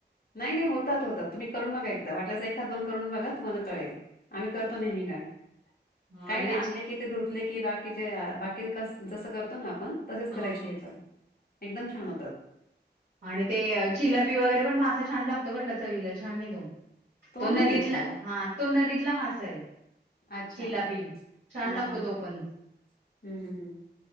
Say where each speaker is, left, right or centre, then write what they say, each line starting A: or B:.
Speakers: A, on the left; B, on the right.
A: नाही नाही होतात होताात तुम्ही करून बघा एकदा वाट एखाद दोन करून बघा तुम्हाला कळेल आम्ही करतो नेहमी कायम.
B: हा
A: काही
B: आणि
A: नाही आणले की ते धुतले की बाकीचे बाकी जस करतो ना आपण तसेच
B: हा
A: कराय
B: हा
A: हे पण एकदम छान होतात.
B: आणि ते चिलापी वगैरे पण मासाा छान लागतो बर का चवीला छाने तो. तो नदीतला
A: नाही माहीत मला.
B: हा तो नदीतला मासाये.
A: अच्छा.
B: चिलापी छान
A: हां,
B: लागतो
A: हां,
B: तो
A: हां.
B: पण.
A: हं, हं, हं.